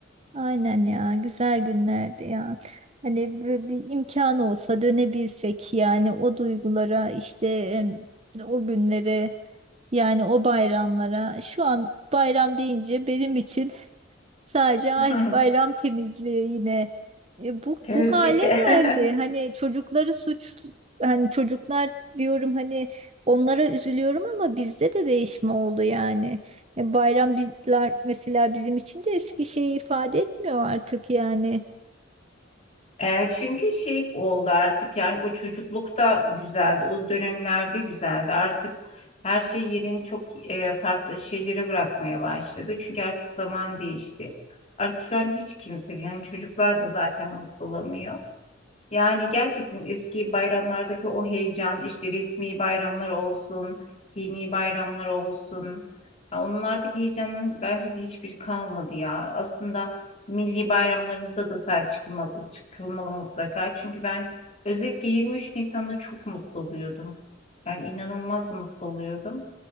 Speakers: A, on the right; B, on the left.
A: Aynen ya güzel günlerdi ya. Hani bir, bir imkanı olsa dönebilsek yani o duygulara işte em, o günlere. Yani o bayramlara şu an bayram deyince benim için sadece ay
B: <laughs>
A: bayram temizliği yine E, bu
B: Temizdeki.
A: bu hale
B: <laughs>
A: geldi. Hani çocukları suç hani çocuklar diyorum hani onlara üzülüyorum ama bizde de değişme oldu yani. E, bayram mesela bizim için de eski şeyi ifade etmiyor artık yani.
B: E, çünkü şey oldu artık yani o çocuklukta güzeldi, o dönemlerde güzeldi. Artık her şey yerini çok e, farklı şeylere bırakmaya başladı. Çünkü artık zaman değişti. Artık şu an hiç kimse yani çocuklar da zaten mutlu olamıyor. Yani gerçekten eski bayramlardaki o heyecan, işte resmi bayramlar olsun, dini bayramlar olsun. Ya onlardaki heyecanın bence de hiçbiri kalmadı ya. Aslında milli bayramlarımıza da sahip çıkılmalı, çıkılmalı mutlaka. Çünkü ben özellikle 23 Nisan'da çok mutlu oluyordum. Yani inanılmaz mutlu oluyordum.